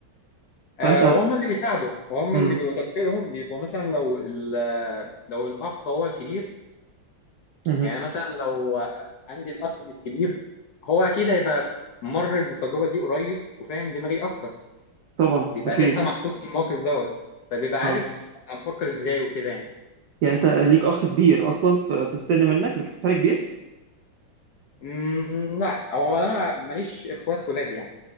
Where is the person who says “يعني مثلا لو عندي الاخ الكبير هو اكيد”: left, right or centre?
Left